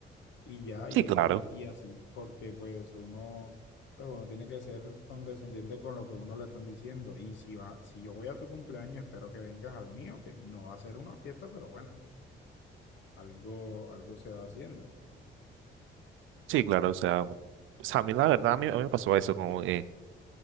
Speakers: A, on the left; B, on the right.
A: y ya,
B: Sí,
A: y
B: claro.
A: esa, y así, porque pues uno, pues uno tiene que ser condescendiente con lo que uno le están diciendo. Y si va, si yo voy a tu cumpleaños, espero que vengas al mío, que no va a ser una fiesta, pero bueno, algo, algo se va haciendo.
B: Sí, claro. O sea, o sea, a mí la verdad, a mí, a mí me pasó eso, como que